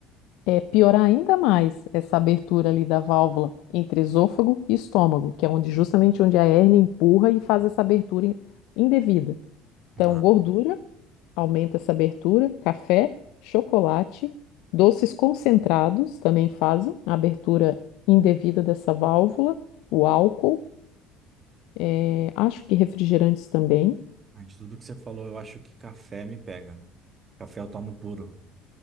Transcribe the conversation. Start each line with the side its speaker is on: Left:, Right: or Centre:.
Left: É piorar ainda mais essa abertura ali da válvula entre esôfago e estômago, que é onde justamente onde a hérnia empurra e faz essa abertura in- indevida. Então,
Right: Ah,
Left: gordura aumenta essa abertura, café, chocolate, doces concentrados também fazem a abertura indevida dessa válvula, o álcool, eh, acho que refrigerantes também.
Right: de tudo que você falou, eu acho que café me pega. Café eu tomo puro.